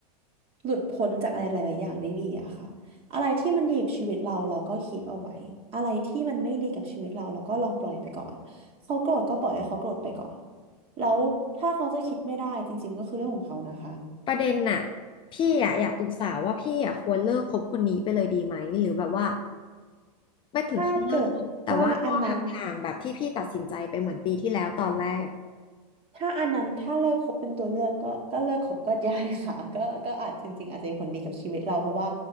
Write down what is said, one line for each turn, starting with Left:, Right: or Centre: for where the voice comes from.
Right: หลุดพ้นจากอะไรหลายๆอย่างได้ดีอะค่ะอะไรที่มันดีกับชีวิตเราเราก็คีปเอาไว้ อะไรที่มันไม่ดีกับชีวิตเราเราก็ลองปล่อยไปก่อนเขาโกรธก็ปล่อยให้เขาโกรธไปก่อนแล้วถ้าเขาจะคิดไม่ได้จริงๆก็คือเรื่องของเขานะคะ
Left: ประเด็นน่ะพี่อะอยากปรึกษาว่าพี่อะควรเลิกคบคนนี้ไปเลยดีไหม หรือแบบว่าไม่ถึงขั้นเลิกคบแต่ว่าก็ห่างๆแบบที่พี่ตัดสินใจไปเหมือนปีที่แล้วตอนแรก
Right: ถ้าเกิดว่าอันนั้นถ้าอันนั้นถ้าเลิกคบเป็นตัวเลือกก็ก็เลิกคบก็ได้ค่ะก็ก็อาจจริงๆอาจจะมีผลดีกับชีวิตเราเพราะว่า